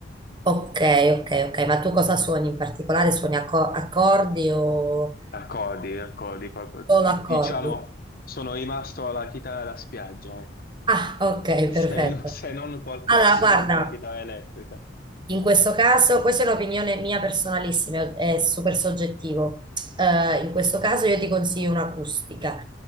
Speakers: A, on the right (about 25°); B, on the left (about 50°).
A: Ok, ok, ok, ma tu cosa suoni in particolare? Suoni acco- accordi o
B: Accordi, accordi, proprio.
A: solo
B: Di-
A: accordi?
B: diciamo, sono rimasto alla chitarra da spiaggia, ecco.
A: Ah, ok,
B: Se,
A: perfetto.
B: no- se non qualche
A: Allora,
B: assolo
A: guarda,
B: con la chitarra elettrica.
A: In questo caso, questa è un'opinione mia personalissima, è super soggettivo. Eh, in questo caso io ti consiglio un'acustica.